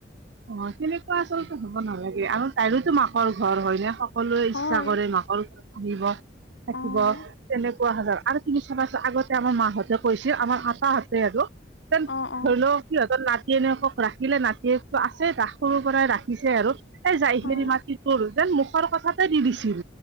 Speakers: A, on the right; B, on the left.
A: অ', সেনেকুৱা আচলতে হ'ব নালাগে আৰু তাইৰোতো মাকৰ ঘৰ হয় নে? সকলোৱে ইচ্ছা
B: হয়
A: কৰে মাকিব থাকিব
B: অঁ
A: তেনেকুৱা হলে আৰু কিবি চাবাছো আগতে আমাৰ মাহঁতক কৈছে আমাৰ আতাহতে আৰুন
B: অঁ অঁ
A: ধৰি লও সিহঁতৰ নাতি এনেকক ৰাখিলে। নাতিয়েকটো আছে ৰাস সৰুৰ পৰাই ৰাখিছে আৰু এ যাই হেৰি
B: অঁ
A: মাি তৰ যেন মুখৰ কথাতে দি দিছিল।